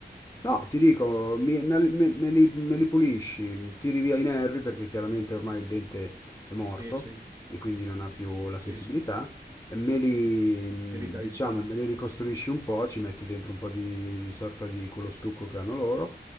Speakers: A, on the left; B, on the right.
A: No, ti dico, mi- me, me- me li, me li pulisci, tiri via i nervi perché chiaramente ormai il dente è morto
B: Sì, sì,
A: e quindi non ha più la
B: sì,
A: sensibilità,
B: sì,
A: e me li, mh,
B: devitalizzato.
A: diciamo, me li ricostruisci un po', ci metti dentro un po' di sorta di quello stucco che hanno loro